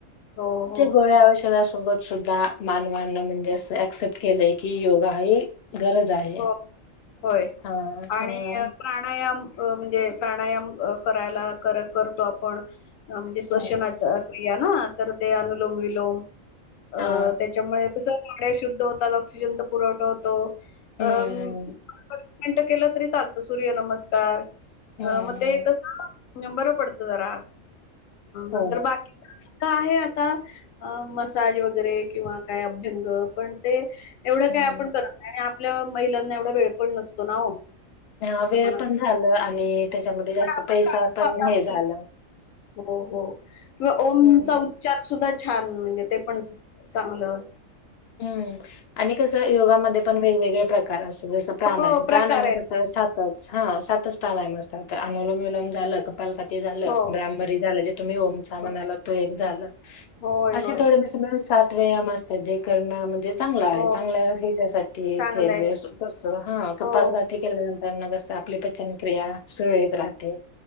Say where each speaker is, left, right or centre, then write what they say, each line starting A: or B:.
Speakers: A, on the left; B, on the left.
A: हो हो
B: जे गोळ्या औषध सोबत सुद्धा मानवांना म्हणजे अस एक्सेप्ट केलंय की योगा हे गरज आहे.
A: हो होय
B: हा
A: आणि
B: हा
A: प्राणायाम अ म्हणजे प्राणायाम करायला करतो आपण म्हणजे श्वसनाचा
B: हम्म
A: या ना तर ते अनुलोम विलोम अ
B: हा
A: त्याच्यामुळे कस ड्या शुद्ध होतात ऑक्सिजनचा पुरवठा होतो अ
B: हम्म
A: मिनटं केलं तरी चालतं सूर्य नमस्कार
B: हम्म
A: अ मग
B: हम्म
A: ते कस बरं पडतं जरा
B: हो
A: नंतर
B: ना
A: बाकी का आहे आता मसाज वगैरे किंवा काय अभ्यंग पण ते एवढं
B: हम्म
A: काय आपण करत नाही आणि आपल्या महिलांना एवढा वेळ पण नसतो ना हो असं
B: अ वेळ
A: असतो
B: पण झाल आणि त्याच्यामध्ये जास्त
A: पण आपण
B: पैसा
A: काढतो
B: पण
A: आता हल्ली.
B: हे झालं
A: हो हो किंवा ओमचा
B: हम्म
A: उच्चार सुद्धा छान म्हणजे ते पण चांगलं
B: हम्म आणि कसं योगामध्ये पण वेगवेगळे प्रकार असत जस प्राणायाम
A: हो प्रकार
B: प्राणायाम
A: आहेत
B: कस सात. सातच प्राणायाम असतात त्यात अनुलोम विलोम झालं कपालपती झालं
A: हो
B: ब्राह्मरी झालं जे तुम्ही ओमचा म्हणाला
A: हो
B: तो एक झालं
A: होय
B: असे
A: होय
B: थोडे सात व्यायाम असतात जे करण म्हणजे चांगला आहे
A: हो
B: चांगल्या याच्यासाठीठीस
A: चांगलंय
B: हा कपालभाती
A: हो
B: केल्या तर म कसं आपली पचनक्रिया सुरळीत राहते